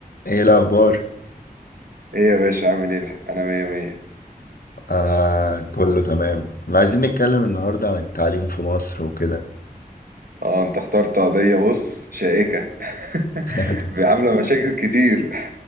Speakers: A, on the left; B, on the right.
A: ايه الاخبار
B: ايه يا باشا عامل ايه انا مية مية
A: انا كله تمام كنا عايزين نتكلم النهارده عن التعليم في مصر وكده
B: اه انت اخترت قضية بص شائكة
A: <laughs>
B: <laughs> عاملة مشاكل كتير